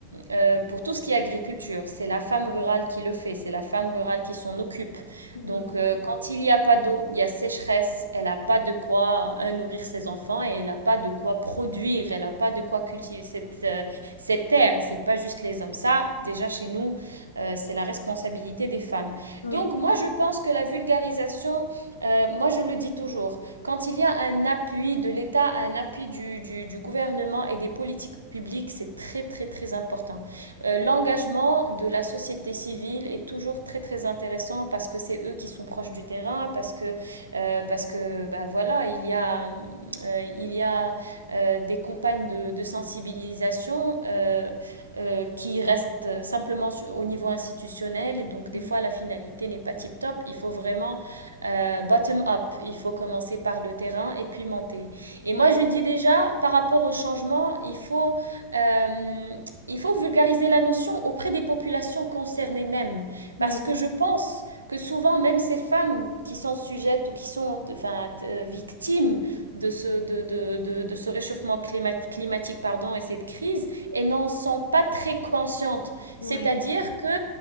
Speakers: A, on the right; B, on the left.
A: euh, pour tout ce qui est agriculture, c'est la femme rurale qui le fait, c'est la femme rurale qui s'en occupe.
B: mhm,
A: Donc euh, quand il n'y a pas d'eau, il y a sécheresse, elle n'a pas de quoi euh, nourrir ses enfants et elle n'a pas de quoi produire, elle n'a pas de quoi cultiver cette, euh, cette terre. C'est pas juste les hommes. Ça, déjà chez nous, euh, c'est la responsabilité des femmes.
B: oui,
A: Donc moi, je pense que la vulgarisation, euh, moi je le dis toujours, quand il y a un appui de l'État, un appui du, du- du gouvernement et des politiques publiques, c'est très très très important. Euh, l'engagement de la société civile est toujours très très intéressant parce que c'est eux qui sont proches du terrain, parce que, euh, parce que bah, voilà, il y a, euh, il y a euh, des campagnes de, de sensibilisation. euh, euh, qui restent simplement su- au niveau institutionnel. Et donc, des
B: mm,
A: fois, la finalité n'est pas tip-top. Il faut vraiment euh, bottom-up. Il faut commencer par le terrain et puis monter. Et
B: ouais,
A: moi, je dis déjà, par rapport au changement, il faut, euh, il faut vulgariser la notion auprès des populations concernées même.
B: mm,
A: Parce que je pense que souvent, même ces femmes qui sont sujettes ou qui sont enfin, euh, victimes de ce, de, de, de, de ce réchauffement climat- climatique pardon, et cette crise, et n'en sont pas très conscientes. C'est-à-dire
B: ouais,
A: que